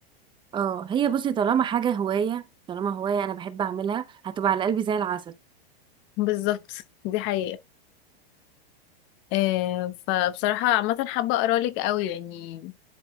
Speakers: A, on the right; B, on the left.
A: اه هي بصي طالما حاجه هوايه طالما هوايه انا بحب اعملها هتبقى على قلبي زي العسل
B: بالظبط دي حقيقة آه، فبصراحة عامة حابة اقرالك قوي يعني